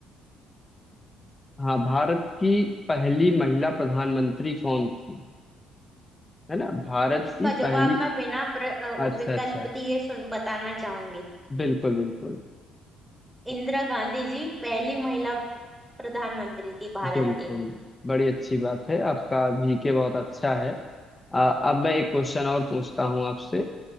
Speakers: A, on the left; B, in the centre.
A: हाँ भारत की पहली महिला प्रधानमंत्री कौन थी है ना भारत
B: इसका
A: की पहली
B: जवाब मैं बिना प्र, अ,
A: अच्छा
B: विकल्प
A: अच्छा
B: दिए सुन बताना चाहूंगी
A: बिल्कुल बिल्कुल
B: इंदिरा गांधी जी पहली महिला प्रधानमंत्री थी भारत
A: बिल्कुल
B: के
A: बड़ी अच्छी बात है आपका जीके बहुत अच्छा है आ, अब मैं एक क्वेश्चन और पूछता हूँ आपसे